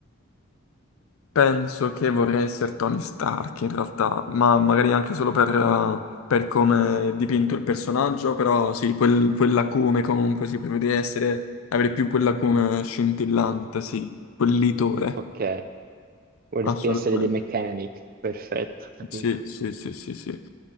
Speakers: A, on the left; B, on the right.
A: Penso che vorrei essere Tony Stark in realtà, ma magari anche solo per, eh, per come è dipinto il personaggio, però sì, quel, quell'acume comunque si prevede essere, avere più quell'acume scintillante, sì, quel litore,
B: Ok, vorresti
A: assolutamente.
B: essere The Mechanic, perfetto, capito.
A: Sì, sì, sì, sì, sì.